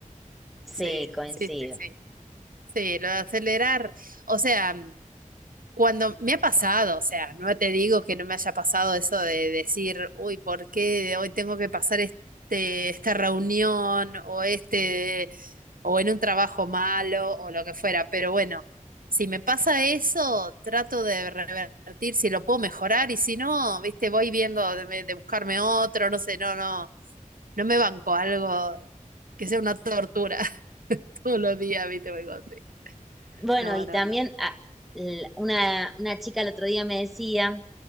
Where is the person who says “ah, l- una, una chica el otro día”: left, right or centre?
Centre